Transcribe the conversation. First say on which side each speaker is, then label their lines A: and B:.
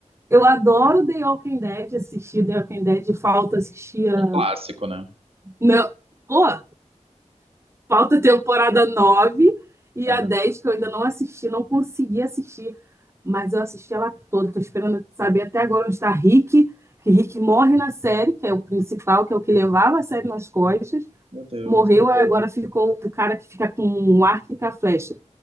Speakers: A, on the right; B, on the right.
A: eu adoro The Walking Dead, assistir The Walking Dead, falta assistir a...
B: Um clássico, né?
A: Não, oh Falta a temporada 9 e
B: Cara,
A: a 10 que eu ainda não assisti, não consegui assistir. Mas eu assisti ela toda. Tô esperando saber até agora onde está Rick. Que Rick morre na série, que é o principal, que é o que levava a série nas costas.
B: meu Deus.
A: Morreu e agora ficou o cara que fica com o arco e com a flecha.